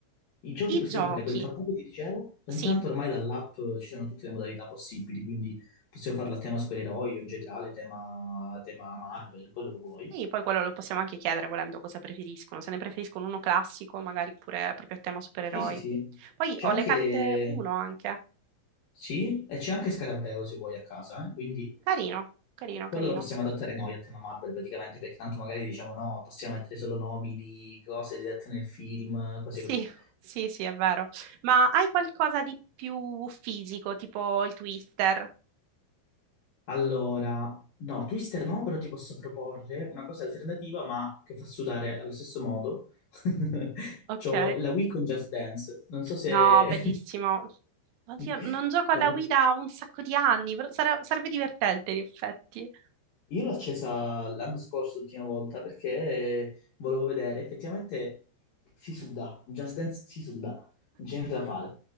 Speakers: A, on the left; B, on the right.
A: i giochi
B: I
A: possiamo
B: giochi,
A: fare quel tabù che ti dicevo, intanto
B: sì,
A: ormai dall'app ci sono tutte le modalità possibili, quindi possiamo farla a tema supereroi o in generale tema, tema Marvel, quello che vuoi.
B: Sì, poi quello lo possiamo anche chiedere volendo cosa preferiscono, se ne preferiscono uno classico, magari pure proprio a tema supereroi.
A: Sì, sì, sì.
B: Poi
A: C'è
B: ho
A: anche...
B: le carte 1 anche.
A: Sì, e c'è anche Scarabeo se vuoi a casa, eh? Quindi
B: Carino, carino,
A: Quello
B: carino.
A: lo possiamo adattare noi a tema Marvel praticamente, perché tanto magari diciamo no, possiamo mettere solo nomi di cose dirette nel film, cose
B: Sì,
A: così.
B: sì, sì, è vero. Ma hai qualcosa di più fisico, tipo il Twister?
A: Allora, no, Twister no, però ti posso proporre una cosa alternativa, ma che fa sudare allo stesso modo. <laughs>
B: Ok.
A: C'ho la Wii con Just Dance, non so se...
B: No, bellissimo. Oddio,
A: <laughs>
B: non gioco alla
A: La...
B: Wii da un sacco di anni, però sarà- sarebbe divertente in effetti.
A: Io l'ho accesa l'anno scorso, l'ultima volta, perché volevo vedere, effettivamente si suda, in Just Dance si suda, non c'è niente da fare.